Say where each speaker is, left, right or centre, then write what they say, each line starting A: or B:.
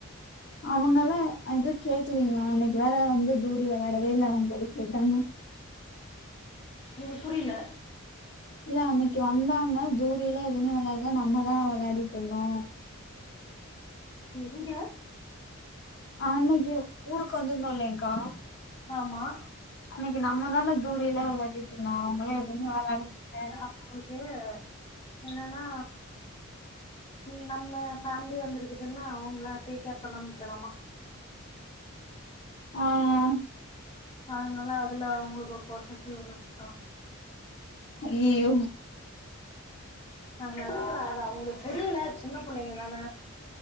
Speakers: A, on the left (about 50°); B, on the left (about 25°).
A: அவங்கல்லா எது கேக்கலீங்களா அன்னைக்கு வேற வந்து தூரி விளயாடவே இல்ல அவுங்க கூட போயிட்டாங்க
B: எது புரில
A: இல்ல அன்னைக்கு வந்தாங்க தூரிலா எதுவுமே விளையாடல நம்மதா விளையாடிட்டு இருந்தோ
B: எங்க
A: ஆஹ அன்னைக்கு ஊருக்கு வந்திருந்தோ இல்லேங்கா
B: ஆம்மா
A: அன்னைக்கு நம்ம தான தூரிலா விளையாடிட்டு இருந்தோ அவங்களா எதுவுமே விளையடவேயில்ல
B: அவுளுக்கு என்னன்னா இம் நம்ம ஃபேமிலி வந்திருக்குதுன்னா அவங்கள டேக் கேர் பண்ணமா உட்டணாம்மா
A: ஆஹ
B: அதனால அதுல அவங்களுக்கு ஒரு போசசியுனஸ் தா
A: அய் யோ
B: ஆஹ ஆதானல அது அவங்களுக்கு புரில சின்ன பிள்ளைங்க தான